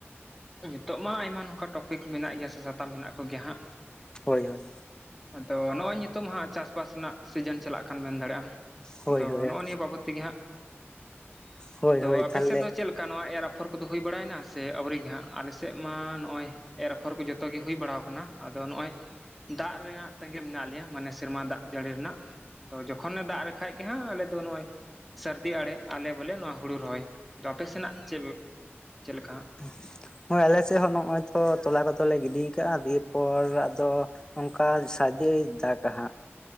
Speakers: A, in the centre; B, on the left.
A: ᱱᱤᱛᱳ ᱢᱟ ᱟᱭᱢᱟ ᱱᱚᱝᱠᱟ ᱴᱚᱯᱤᱠ ᱢᱮᱱᱟᱜ ᱜᱮᱭᱟ ᱥᱮ, ᱥᱟᱛᱟᱢ ᱢᱮᱱᱟᱜ ᱠᱚᱜᱮᱭᱟ ᱦᱟᱸᱜ
B: ᱦᱳᱭ
A: ᱾
B: ᱦᱳᱭ
A: ᱟᱫᱚ ᱱᱚᱜᱼᱚᱭ ᱱᱤᱛᱳ ᱦᱟᱸᱜ ᱪᱟᱥᱵᱟᱥ ᱨᱮᱱᱟᱜ ᱥᱤᱡᱤᱱ ᱪᱟᱞᱟᱜ ᱠᱟᱱ, ᱢᱮᱱ ᱫᱟᱲᱮᱭᱟᱜᱼᱟᱢ,
B: ᱦᱳᱭ
A: ᱟᱫᱚ
B: ᱦᱳᱭ
A: ᱱᱚᱜᱼᱚ ᱱᱤᱭᱟᱹ ᱵᱟᱵᱚᱫ ᱛᱮᱜᱮ ᱦᱟᱸᱜ ᱾
B: ᱦᱳᱭ
A: ᱟᱫᱚ
B: ᱦᱳᱭ
A: ᱟᱯᱮ
B: ᱛᱟᱦᱞᱮ
A: ᱥᱮᱫ ᱫᱚ ᱪᱮᱫ ᱞᱮᱠᱟ? ᱚᱱᱠᱟ ᱱᱚᱣᱟ ᱮᱨ ᱟᱯᱷᱚᱨ ᱠᱚᱫᱚ ᱦᱩᱭ ᱵᱟᱲᱟᱭᱮᱱᱟ, ᱥᱮ ᱟᱹᱣᱨᱤ ᱜᱤ ᱦᱟᱸᱜ, ᱟᱞᱮᱥᱮᱫ ᱢᱟ ᱱᱚᱜᱼᱚᱭ ᱮ ᱟᱯᱷᱚᱨ ᱠᱚ ᱡᱚᱛᱚ ᱜᱮ ᱦᱩᱭ ᱵᱟᱲᱟᱭ ᱟᱠᱟᱱᱟ ᱾ ᱟᱫᱚ ᱱᱚᱜᱼᱚᱭ ᱫᱟᱜ ᱨᱮᱭᱟᱜ ᱛᱟᱸᱜᱤ ᱢᱮᱱᱟᱜ ᱞᱮᱭᱟ, ᱢᱟᱱᱮ ᱥᱮᱨᱢᱟ ᱫᱟᱜ ᱡᱟᱹᱲᱤ ᱨᱮᱱᱟᱜ, ᱛᱚ ᱡᱚᱠᱷᱚᱱ ᱫᱟᱜ ᱞᱮᱠᱷᱟᱡ ᱜᱮ ᱦᱟᱸᱜ ᱟᱞᱮ ᱫᱚ ᱱᱚᱜᱼᱚᱭ ᱥᱟᱹᱨᱫᱤ ᱟᱲᱮ ᱟᱞᱮ ᱵᱚᱞᱮ ᱱᱚᱣᱟ ᱦᱩᱲᱩ ᱨᱚᱦᱚᱭ ᱟᱯᱮ ᱥᱮᱱᱟᱜ ᱪᱮᱫ ᱪᱮᱫ ᱞᱮᱠᱟ ᱦᱟᱸᱜ
B: <unintelligible> ᱦᱳᱭ ᱟᱞᱮᱥᱮᱫ ᱦᱚᱸ ᱱᱚᱜᱚᱭ ᱛᱚ ᱛᱚᱞᱟ ᱠᱚᱫᱚᱞᱮ ᱜᱤᱰᱤ ᱟᱠᱟᱫᱼᱟ, ᱫᱤᱭᱮ ᱯᱚᱨ ᱟᱫᱚ ᱚᱱᱠᱟ ᱥᱟᱨᱫᱤ ᱫᱟᱜ ᱦᱟᱜ,